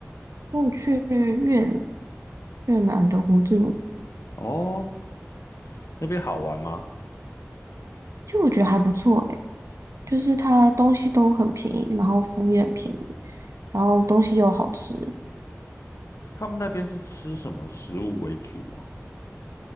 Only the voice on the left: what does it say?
哦，那边好玩吗？
他们那边是吃什么食物为主啊？